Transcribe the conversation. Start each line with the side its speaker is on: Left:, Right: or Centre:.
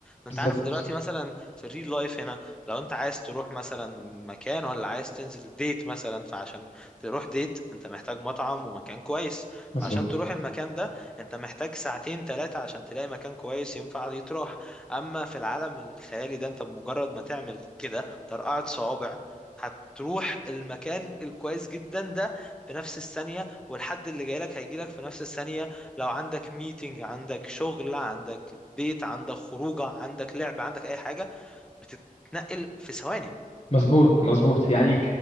Centre: ده
Left: بالظبط
Centre: انت عارف دلوقتي مثلا في الريل لايف هنا لو انت عايز تروح مثلا مكان ولا عايز تنزل ديت مثلا فعشان تروح ديت انت محتاج مطعم ومكان كويس
Left: مظبوط
Centre: فعشان تروح المكان ده انت محتاج ساعتين ثلاثه عشان تلاقي مكان كويس ينفع يتروح اما في العالم الخيالي ده انت بمجرد ما تعمل كده ترقعة صوابع هتروح المكان الكويس جدا ده في نفس الثانية والحد اللي جاي لك هيجي لك في نفس الثانية لو عندك ميتنج عندك شغل عندك بيت عندك خروجة عندك لعب عندك أي حاجة بتتنقل في ثواني
Left: مظبوط مظبوط يعني